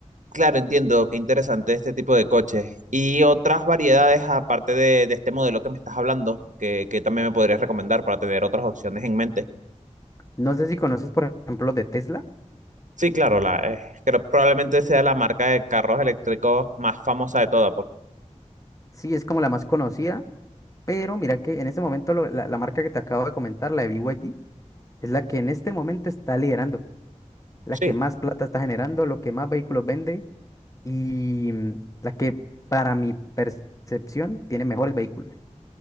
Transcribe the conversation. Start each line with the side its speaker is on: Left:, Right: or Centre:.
Right: Claro, entiendo, qué interesante este tipo de coches. Y otras variedades, aparte de, de este modelo que me estás hablando, que, que también me podrías recomendar para tener otras opciones en mente.
Left: No sé si conoces, por ejemplo, los de Tesla.
Right: Sí, claro, la, eh, creo probablemente sea la marca de carros eléctricos más famosa de todas. por-
Left: Sí, es como la más conocida, pero mira que en este momento lo- la, la marca que te acabo de comentar, la de BYD, es la que en este momento está liderando, la
Right: Sí,
Left: que más plata está generando, lo que más vehículos vende y mm, la que, para mi percepción, tiene mejores vehículos.